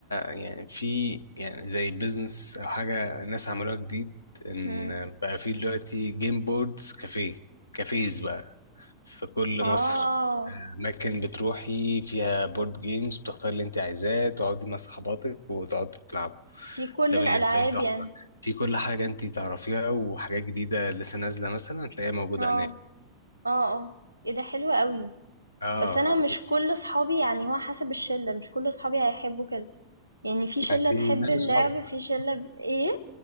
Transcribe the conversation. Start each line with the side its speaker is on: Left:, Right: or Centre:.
Left: يعني في يعني زي البيزنس أو حاجة ناس عملوها جديد إن
Right: مم.
Left: بقى في دلوقتي جيم بوردز كافيه كافيز بقى في كل
Right: آه
Left: مصر آه، أماكن بتروحي فيها بورد جيمز بتختاري اللي أنت عايزاه تقعدي مع صحباتك وتقعدوا تلعبوا
Right: في كل
Left: ده
Right: الألعاب
Left: بالنسبة لي تحفة
Right: يعني
Left: في كل حاجة أنت تعرفيها وحاجات جديدة لسه نازلة مثلا هتلاقيها موجودة
Right: آه
Left: هناك
Right: آه آه إيه ده حلو قوي
Left: اه
Right: بس أنا اه مش كل صحابي يعني هو حسب الشلة مش كل صحابي هيحبوا كده يعني في شلة
Left: ما أنت نقي
Right: تحب ماشي اللعب
Left: صحابك بقى
Right: في شلة ب... ايه